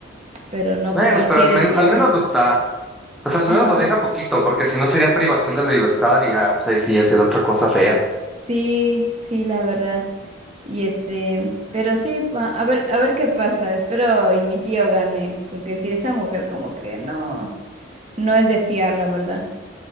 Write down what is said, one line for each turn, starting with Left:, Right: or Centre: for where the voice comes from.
Right: pero no
Centre: Bueno,
Right: como él
Centre: pero
Right: quiere
Centre: al, men-
Right: de llevarse.
Centre: al menos lo está. O sea,
Right: Ajá.
Centre: al menos lo deja poquito, porque si no sería privación de la libertad y ya, pues ahí sí ya sería otra cosa fea.
Right: Sí, sí, la verdad. Y este, pero sí, va- a ver, a ver qué pasa. Espero y mi tío gane, porque si esa mujer como que no, no es de fiar, la verdad.